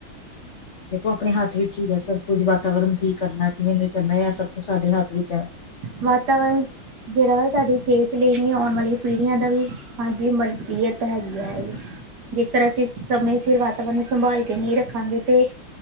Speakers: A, on the left; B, on the right.
A: ਦੇਖੋ ਆਪਣੇ ਹੱਥ ਵਿੱਚ ਹੈ ਸਭ ਕੁਝ ਵਾਤਾਵਰਨ ਠੀਕ ਕਰਨਾ ਕਿਵੇਂ ਨਹੀਂ ਕਰਨਾ ਇਹ ਸਭ ਕੁਛ ਸਾਡੇ ਹੱਥ ਵਿੱਚ ਹੈ।
B: ਵਾਤਾਵਰਨ ਜਿਹੜਾ ਵਾ ਸਾਡੀ ਸਿਹਤ ਲਈ ਨਹੀਂ ਪੀੜੀਆਂ ਦਾ ਵੀ ਸਾਂਝੀ ਮਲਕੀਅਤ ਹੈਗੀ ਹੈ ਜੇਕਰ ਅਸੀਂ ਸਮੇਂ ਸਿਰ ਉਨੂੰ ਸੰਭਾਲ ਕੇ ਨਹੀਂ ਰੱਖਾਂਗੇ ਤੇ